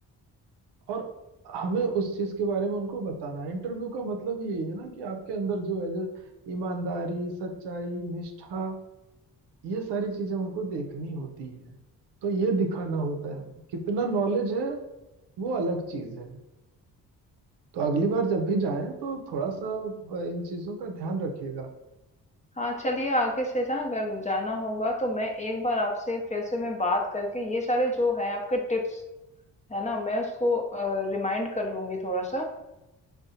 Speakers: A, on the right; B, on the left.
A: और हमें उस चीज के बारे में उनको बताना है इंटरव्यू का मतलब यही है ना कि आपके अंदर जो है जो ईमानदारी सच्चाई निष्ठा ये सारी चीजें उनको देखनी होती है तो ये दिखाना होता है हमें कितना नॉलेज है वो अलग चीज है तो अगली बार जब भी जाएं तो थोड़ा सा अ, इन चीजों का ध्यान रखिएगा
B: हाँ चलिए आगे से ना अगर जाना होगा तो मैं एक बार आपसे फिर से मैं बात करके ये सारे जो है आपके टिप्स है ना मैं उसको रिमाइंड कर लूंगी थोड़ा सा